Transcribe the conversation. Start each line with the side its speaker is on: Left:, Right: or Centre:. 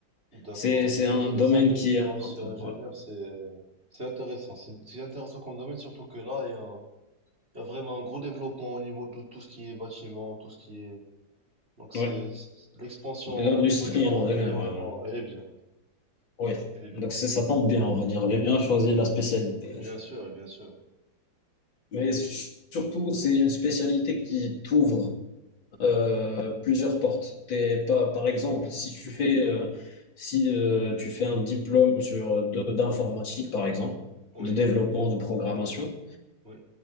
Right: D'accord,
Left: C'est, c'est
Right: j'ai,
Left: un
Right: j'ai
Left: domaine
Right: des amis
Left: qui
Right: qui
Left: est un
Right: ont aussi
Left: peu,
Right: ingénieur,
Left: ouais.
Right: c'est, euh, c'est intéressant. C'est, c'est intéressant comme domaine, surtout que là, il y a, il y a vraiment un gros développement au niveau de tout ce qui est bâtiment, tout ce qui est... Donc c'est,
Left: Ouais.
Right: c'est- l'expansion
Left: Et L'industrie
Right: au niveau du Maroc,
Left: en général.
Right: elle est vraiment,
Left: hein.
Right: elle est bien.
Left: Ouais.
Right: Elle est bien.
Left: Donc, c'est- ça tombe bien, on va dire. J'ai bien choisi la spécialité.
Right: Bien sûr, bien sûr.
Left: Mais su- surtout, c'est une spécialité qui t'ouvre euh, plusieurs portes. T'es pas, par exemple, si tu fais, euh, si, euh, tu fais un diplôme sur, de- d'informatique, par exemple,
Right: Oui,
Left: de développement, de programmation,
Right: oui,